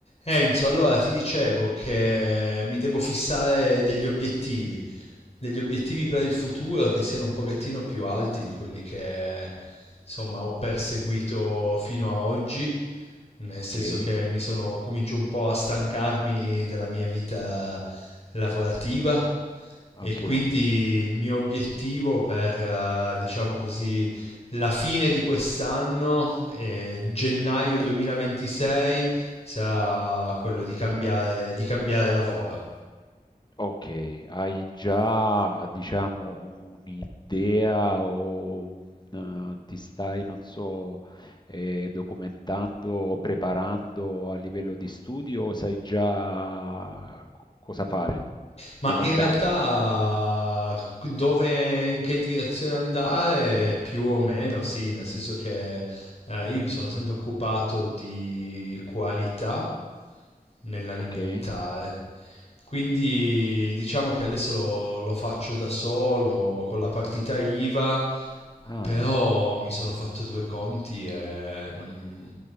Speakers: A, on the left (about 45°); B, on the left (about 30°).
A: Enzo, allora ti dicevo che mi devo fissare degli obiettivi, degli obiettivi per il futuro che siano un pochettino più alti di quelli che insomma ho perseguito fino a oggi, nel senso
B: Okay,
A: che mi sono, comincio un po' a stancarmi della mia vita lavorativa
B: okay,
A: e quindi il mio obiettivo per, eh, diciamo così, la fine di quest'anno, eh, gennaio 2026, sarà quello di cambiare, di cambiare lavoro.
B: okay. Hai già diciamo un'idea o un eh, ti stai, non so, ehm, documentando o preparando a livello di studio o sai già co cosa fare,
A: Ma
B: dove
A: in
B: andare?
A: realtà dove, in che direzione andare, più o meno sì, nel senso che eh, io mi sono sempre occupato di qualità nell'alimentare.
B: Okay.
A: Quindi diciamo che adesso lo, lo faccio da solo con la partita IVA,
B: Ah,
A: però mi sono fatto due conti e non...